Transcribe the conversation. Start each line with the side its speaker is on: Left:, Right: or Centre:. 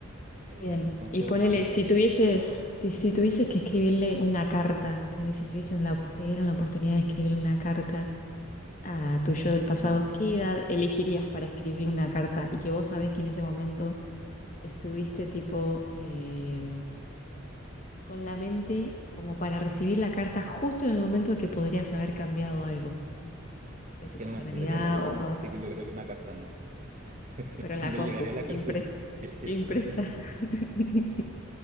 Right: Eh,
Left: Bien,
Right: entonces
Left: y
Right: yo
Left: ponele,
Right: creo que ahí iría.
Left: si tuvieses, que- si tuvieses que escribirle una carta, ponele, si tuviesen la, te dieran la oportunidad de escribirle una carta a tu yo del pasado,
Right: No,
Left: ¿qué edad elegirías para escribirle una carta? Y que vos sabés que en ese momento estuviste tipo eh, con la mente como para recibir la carta justo en el momento que podrías haber cambiado algo de
Right: es
Left: tu
Right: que
Left: personalidad
Right: no me entendería la letra,
Left: o a
Right: así
Left: ver,
Right: que yo creo que una carta no. <laughs>
Left: pero en
Right: Me
Left: la compu,
Right: llegaría la carta
Left: impresa,
Right: y... ¿Qué, qué,
Left: impresa.
Right: qué es esto?
Left: <laughs>